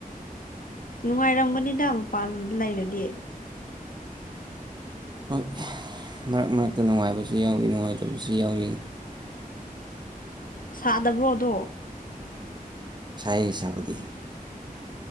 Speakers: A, on the left; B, on the right.
A: ꯅꯨꯡꯉꯥꯏꯔꯝꯒꯅꯤꯗ ꯃꯄꯥꯟ ꯂꯩꯔꯗꯤ
B: ꯍꯣꯏ ꯃꯔꯛ ꯃꯔꯛꯇꯥ ꯅꯨꯡꯉꯥꯏꯕꯁꯨ ꯌꯥꯎꯋꯤ ꯅꯨꯡꯉꯥꯏꯇꯕꯁꯨ ꯌꯥꯎꯋꯤ
A: ꯁꯥꯗꯕ꯭ꯔꯣ ꯑꯗꯣ
B: ꯁꯥꯏꯌꯦ ꯁꯥꯕꯗꯤ